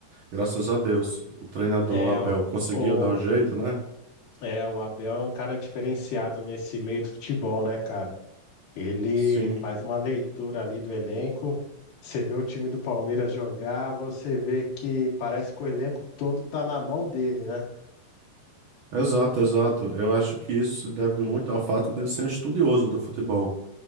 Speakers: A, on the right; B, on the left.
A: Graças a Deus. O treinador
B: É,
A: Abel
B: o,
A: conseguiu
B: o-
A: dar o jeito, né?
B: é, o Abel é um cara diferenciado nesse meio do futebol, né, cara? Ele
A: Sim.
B: faz uma leitura ali do elenco. Você vê o time do Palmeiras jogar, você vê que parece que o elenco todo tá na mão dele, né?
A: Exato, exato. Eu acho que isso se deve muito ao fato de eu ser um estudioso do futebol.